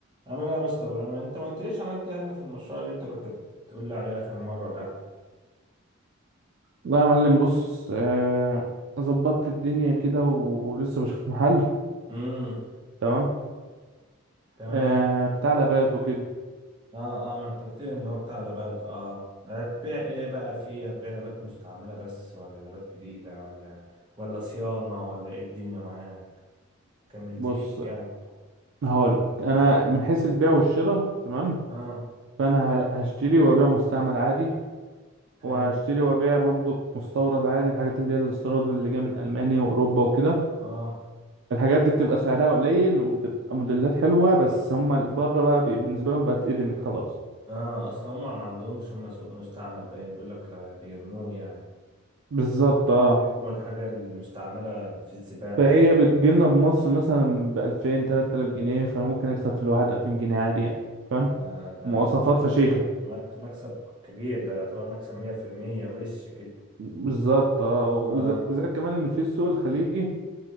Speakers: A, on the right; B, on the right.
A: عامل ايه يا مستر ابراهيم انت ما قلتليش عملت ايه يا ابني في المشروع اللي انت كنت بتقول لي عليه اخر مره ده
B: لا يا معلم بص آه، ظبطت الدنيا كده و- ولسه بشوف محل
A: امم
B: تمام
A: تمام
B: آه، بتاع لابات وكده
A: اه اه ما انت قلت لي ان هو بتاع لابات اه هتبيع ايه بقى فيه هتبيع لابات مستعمله بس ولا لابات جديده ولا ولا صيانه ولا ايه الدنيا معاه ما كملتليش
B: بص
A: يعني
B: هقول لك انا من حيث البيع والشراء تمام
A: اه
B: فانا ه- هشتري وابيع مستعمل عادي
A: حلو
B: وهشتري وابيع برضك مستورد عادي الحاجات اللي هي الاستيراد اللي جايه من المانيا واوروبا وكده
A: اه
B: الحاجات دي بتبقى سعرها قليل وبتبقى موديلات حلوه بس هم بره بقى بي- بالنسبه لهم بقت اتقدمت خلاص
A: اه اصلا هم ما عندهمش هم سوق مستعمل باين بيقول لك لا بيرموه يعني
B: بالظبط اه
A: بيرموا الحاجه المستعمله في الزباله
B: فهي بتجيلنا بمصر مثلا بألفين تلات آلاف جنيه فممكن أكسب في الواحد ألفين جنيه عادي يعني فاهم
A: ما ده
B: مواصفات
A: مكسب
B: فشيخة
A: مك- مكسب كبير ده يعتبر مكسب 100% وش كده
B: بالظبط اه وز-
A: اه
B: زائد كمان إن في السوق الخليجي